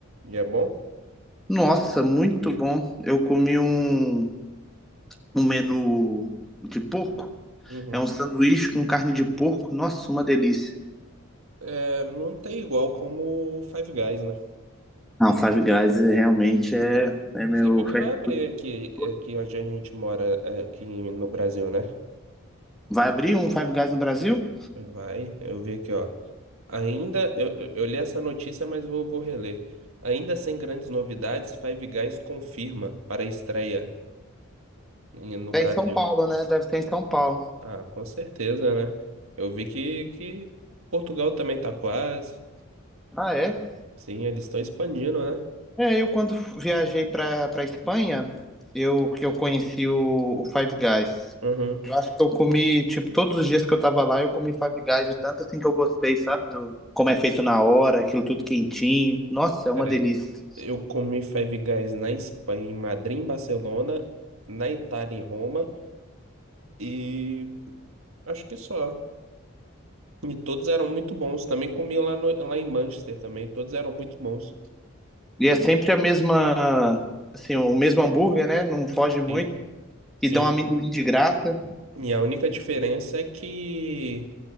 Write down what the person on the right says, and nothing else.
E é bom?
Uhum.
É, não tem igual como o Five Guys, né?
Você viu que
vai abrir aqui,
aqui onde a gente mora, aqui no Brasil, né?
Vai, eu vi aqui, ó. Ainda, eu, eu eu li essa notícia, mas vou, vou reler. Ainda sem grandes novidades, Five Guys confirma para a estreia em- no Brasil.
Ah, com certeza, né? Eu vi que, que Portugal também tá quase.
Sim, eles estão expandindo, né?
Uhum.
Cara,
eu comi Five Guys na Espanha, em Madrid, em Barcelona, na Itália, em Roma, e acho que só. E todos eram muito bons. Também comi lá, no, lá em Manchester também, todos eram muito bons.
Sim, sim.
E a única diferença é que